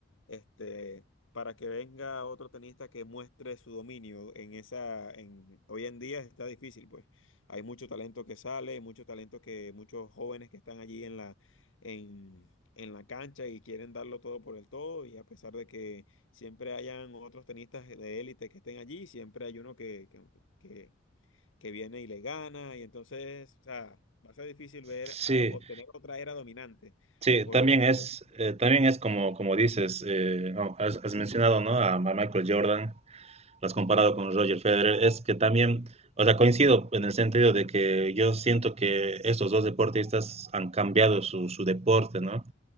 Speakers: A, on the left (about 80°); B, on the right (about 30°).
A: este, para que venga otro tenista que muestre su dominio en esa, en, hoy en día está difícil, pues. Hay mucho talento que sale, mucho talento que muchos jóvenes que están allí en la, en, en la cancha y quieren darlo todo por el todo, y a pesar de que siempre hayan otros tenistas de élite que estén allí, siempre hay uno que, que, que que viene y le gana, y entonces, o sea, va a ser difícil ver
B: sí,
A: a- obtener otra era dominante
B: sí,
A: por
B: también
A: algún
B: es,
A: medio.
B: eh, también es como, como dices, eh, no, has, has mencionado, ¿no? A Ma- Michael Jordan. lo has comparado con Roger Federer, es que también, o sea, coincido en el sentido de que yo siento que estos dos deportistas han cambiado su, su deporte, ¿no?